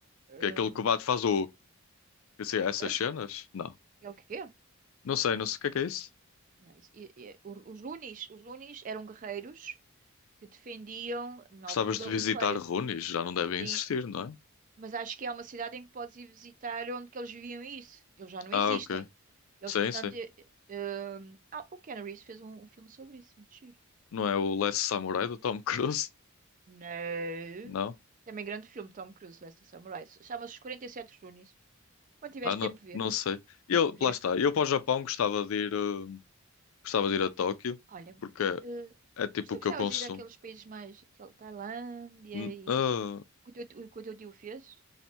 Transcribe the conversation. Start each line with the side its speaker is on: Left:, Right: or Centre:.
Right: eh,
Left: que aquilo que o Bato faz o, eu sei, essas
Right: o quê?
Left: cenas? Não.
Right: É o que quê?
Left: Não sei, não sei o que é que é isso.
Right: Não, isso- e- e- o- os Runis, os Runis eram guerreiros que defendiam, na
Left: Gostavas
Right: altura,
Left: de visitar
Right: o rei.
Left: Runis, já não devem
Right: Sim,
Left: existir, não é?
Right: mas acho que há uma cidade em que podes ir visitar onde que eles viviam isso. Eles já não
Left: Ah,
Right: existem.
Left: ok.
Right: Eles,
Left: Sim,
Right: portanto...
Left: sim.
Right: eh, eh, ah, o Keanu Reeves fez um, um filme sobre isso, muito giro.
Left: Não é o Last Samurai do Tom <laughs> Cruise?
Right: Não.
Left: Não.
Right: Também grande filme, Tom Cruise, Last Samurai. Chama-se Os 47 Runis. Quando tiveres
Left: Ah, não,
Right: tempo, vê.
Left: não sei. Eu,
Right: Vê.
Left: lá está. Eu para o Japão gostava de ir, eh, gostava de ir a Tóquio.
Right: Olha,
Left: Porque
Right: eh,
Left: É tipo
Right: mas tu
Left: o
Right: gostavas
Left: que eu consumo.
Right: de ir àqueles países mais Tal- Tailândia
Left: N-
Right: e
Left: ah,
Right: isso? O que o teu, o que o teu tio fez?